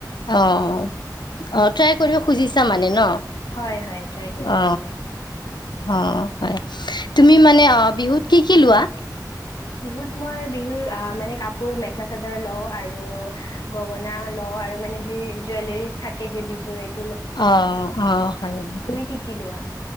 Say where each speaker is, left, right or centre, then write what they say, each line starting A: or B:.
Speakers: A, on the left (about 85°); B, on the left (about 65°).
A: অ', - অ', ট্ৰাই কৰিব খুজিছো। তাৰমানে ন?
B: হয়- হয় ট্ৰাই কৰিব
A: অ
B: খুজিছো।
A: অ হয় তুমি মানে অ', বিহুত কি কি লোৱা?
B: বিহুত মই বিহুৰ আহ মানে কাপোৰ মেখেলা- -চাদৰ লওঁ আৰু গগনা লও আৰু মানে যি জুৱেলেৰিজ থাকে যি বিহুৰ, -
A: অ -অ হয় নেকি?
B: কি কি লোৱা?